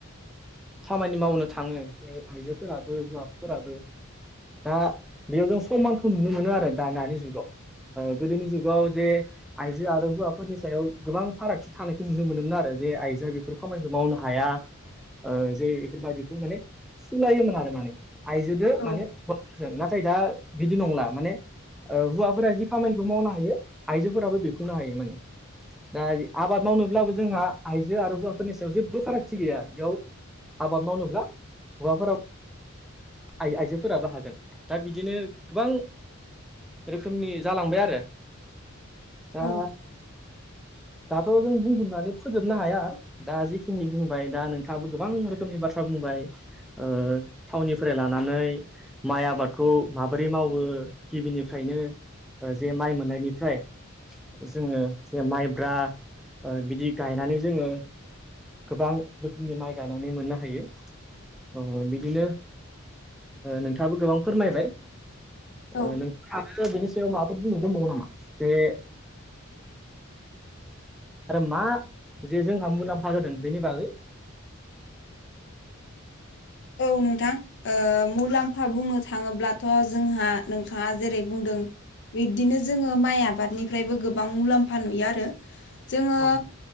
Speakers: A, in the centre; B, on the left.
A: खामानि मावनो थाङो आइजोफोराबो हौवा फोराबो। दा बेयाव जों समानखौ नुनो मोनो आरो दा दानि जुगाव ओ गुदनि जुगाव जे आइजो आरो हौवाफोरनि सायाव गोबां फारागथि थानायखौ नुनो मोनोमोन आरो जे आइजोआ बेफोर खामानिखौ मावनो हाया ओ जे बेफोरबायाददिखौ माने सुलायोमोन आरो माने। आइजोदो
B: औ
A: मानेजों <inaudible> नाथाय दा बिदि नंला माने ओ हौवाफोरा जि खामानिखौ मावनो हायो आइजोफोराबो बेखौनो हायो माने दा आबाद मावनोब्लाबो जोंहा आइजो आरो हौवाफोरनि सायाव जेबो फारागथि गैया। बेयाव आबाद मावनोब्ला हौवाफोर आ आइजोफोराबो हागोन दा बिदिनो गोबां रोखोमनि जालांबाय आरो दा
B: औ <inaudible>
A: दाथ' जों बुंजोबनानै फोजोबनो हाया दा जिखिनि बुंबाय दा नोंथाङाबो गोबां रोखोमनि बाथ्रा बुंबाय ओ थावनि फ्राय लानानै माइ आबादखौ माबोरै मावो गिबिनिफ्रायनो ओ जे माइ मोननायनिफ्राय जोङो जे माइब्रा ओ बिदि गायनानै जोङो गोबां रोखोमनि माइ गायनानै मोननो हायो ओ बिदिनो नोंथाङाबो गोबां फोरमायबाय ओ
B: औ
A: नों आ बेनि सायाव माबाफोर बुंनोदोंबावो नामा? जे आरो मा जे जोंहा मुलाम्फा जादों बेनि बागै
B: औ नोंथां। ओ मुलाम्फा बुंनो थाङोब्लाथ' जोंहा नोंथाङा जेरै बुंदों बिब्दिनो जोङो माइ आबादनिफ्रायबो गोबां मुलाम्फा नुयो आरो। जोङो
A: औ औ